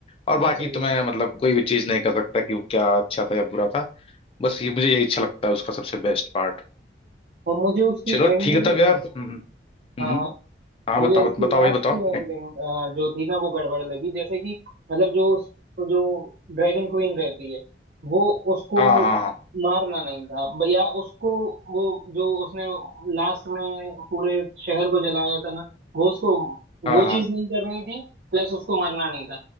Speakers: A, on the left (about 30°); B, on the right (about 55°).
A: और
B: हाँ,
A: बाकी
B: सही
A: तुम्हें
B: बात
A: मतलब कोई भी चीज नहीं कर सकता कि वो क्या अच्छा था या बुरा था बस ये मुझे यही अच्छा लगता है उसका सबसे बेस्ट पार्ट
B: और मुझे उसकी
A: चलो
B: एंड
A: ठीक है
B: में
A: तब यार हम्म हम्म
B: हाँ हाँ
A: हाँ
B: मुझे
A: बताओ
B: इसकी
A: बताओ
B: लास्ट
A: भाई बताओ
B: की एंडिंग जो थी ना वो गड़बड़ लगी जैसे कि मतलब जो उस तो जो ड्रैगन क्वीन रहती है वो उसको
A: हाँ हाँ हाँ
B: मारना नहीं था ब- या उसको वो जो उसने लास्ट में पूरे शहर को जलाया था ना वो उसको
A: हाँ
B: वो
A: हाँ
B: चीज नहीं करनी थी प्लस उसको मरना नहीं था